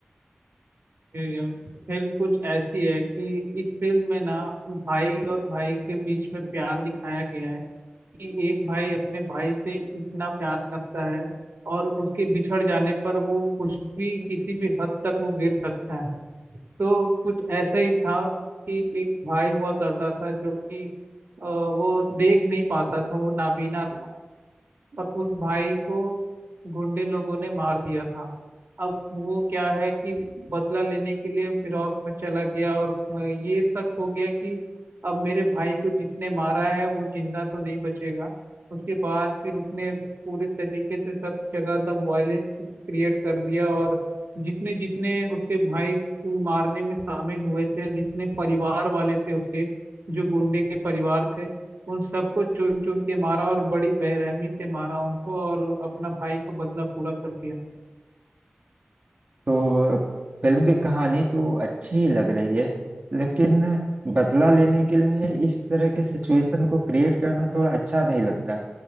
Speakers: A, on the right; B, on the right.
A: फिल्म कुछ ऐसी है कि इस फिल्म में ना भाई और भाई के बीच में प्यार दिखाया गया है कि एक भाई अपने भाई से इतना प्यार करता है और उसके बिछड़ जाने पर वो कुछ भी किसी भी हद तक वो गिर सकता है तो कुछ ऐसा ही था कि एक भाई हुआ करता था जो कि अ, वो देख नहीं पाता था वो नाबीना और उस भाई को गुंडे लोगों ने मार दिया था अब वो क्या है कि बदला लेने के लिए फिरौत में चला गया और म- ये तक हो गया कि अब मेरे भाई को जिसने मारा है वो जिंदा तो नहीं बचेगा उसके बाद फिर उसने पूरे तरीके से सब जगह दम वायलेंस क्रिएट कर दिया और जिसने जिसने उसके भाई को मारने में शामिल हुए थे जितने परिवार वाले थे उसके जो गुंडे के परिवार थे उन सबको चुन चुन के मारा और बड़ी बेरहमी से मारा उनको और अपना भाई का बदला पूरा कर दिया
B: तो फिल्म की कहानी तो अच्छी ही लग रही है लेकिन बदला लेने के लिए इस तरह के सिचुएशन को क्रिएट करना थोड़ा अच्छा नहीं लगता